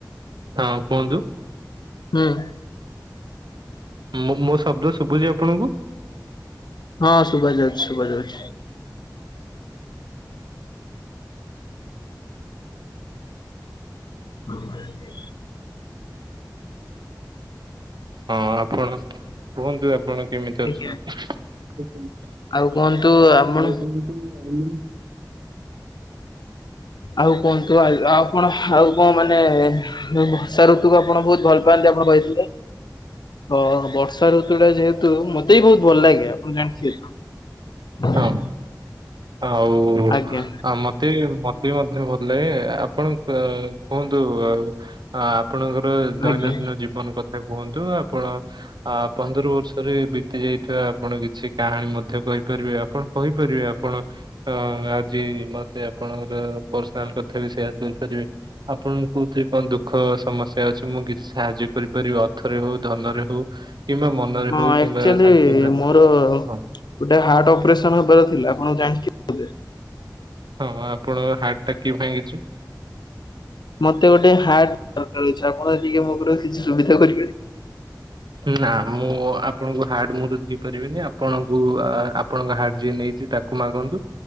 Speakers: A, on the right (about 75°); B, on the left (about 75°).
A: ହଁ କୁହନ୍ତୁ।
B: ହୁଁ ଉଁ
A: ମୁଁ ମୋ ଶବ୍ଦ ଶୁବୁଚି ଆପଣଙ୍କୁ?
B: ହଁ ସୁଭା ଯାଉଛି ସୁଭା ଯାଉଛି। <unintelligible>
A: ହଁ ଆପଣ କୁହନ୍ତୁ ଆପଣ କେମିତି
B: ଆଜ୍ଞା
A: ଅଛନ୍ତି? <unintelligible>
B: ଆଉ କୁହନ୍ତୁ ଆପଣ ଆଉ କୁହନ୍ତୁ ଆ ଆଉ ଆପଣ ଆଉ କଣ ମାନେ ବର୍ଷା ଋତୁକୁ ଆପଣ ବହୁତ ଭଲ ପାଆନ୍ତି। <unintelligible> ଓଁ ବର୍ଷା ଋତୁ ଟା ଯେହେତୁ ମତେ ବି ବହୁତ ଭଲ ଲାଗେ, ଆପଣ ଜାଣିଥିବେ ତ? <unintelligible>
A: ହଁ ଆଉ
B: ଆଜ୍ଞା
A: ଆଉ ମତେ ମଧ୍ୟ ଭଲ ଲାଗେ, ଆପଣ କୁହନ୍ତୁ ଆଉ ଆପ ଆପଣଙ୍କର ଦୈନନ୍ଦିନ
B: ଆଜ୍ଞା
A: ଜୀବନ କଥା। ସେ କୁହନ୍ତୁ ଆପଣ ଆ ପନ୍ଦର ବର୍ଷରେ ବିତି ଯାଇଥିବା ଆପଣ କିଛି କାହାଣୀ ମଧ୍ୟ କହି ଆପଣ କହିପାରିବେ ଆପଣ ଆଜି ମତେ ଆପଣଙ୍କର ପର୍ସନାଲ କଥାବି ସେୟାର କରିପାରିବେ, ଆପଣ କଉଥିରେ କଣ ଦୁଃଖ ସମସ୍ୟା ଅଛି, ମୁଁ କିଛି ସାହାଯ୍ୟ କରିପାରିବି ଅଥ ଅର୍ଥ ରେ ହଉ ଧନରେ ହଉ। କିମ୍ବା ମନରେ
B: ହଁ
A: ହଉ
B: ଆକ୍ଚୁଆଲି
A: କିମ୍ବା ସାନ୍ତ୍ୱନାରେ
B: ମୋର ଗୋଟେ
A: ହଉ
B: ହାର୍ଟ ଅପରେସନ ହବାର ଥିଲା ଆପଣ ଜାଣିଥିବେ।
A: ହଁ ଆପଣଙ୍କ ହାର୍ଟ ଟା କିଏ ଭାଙ୍ଗିଛି?
B: ମତେ ଗୋଟେ ହାର୍ଟ ଦରକାର ଅଛି, ଆପଣ ଟିକେ ମୋର କିଛି ସୁବିଧା କରିପାରିବେ।
A: ନା ମୁଁ ଆପଣଙ୍କୁ ହାର୍ଟ ମୁଁ ତ ଦେଇ ପାରିବିନି, ଆପଣଙ୍କୁ ଆପଣଙ୍କ ହାର୍ଟ ଯିଏ ନେଇ ତାକୁ ମାଗନ୍ତୁ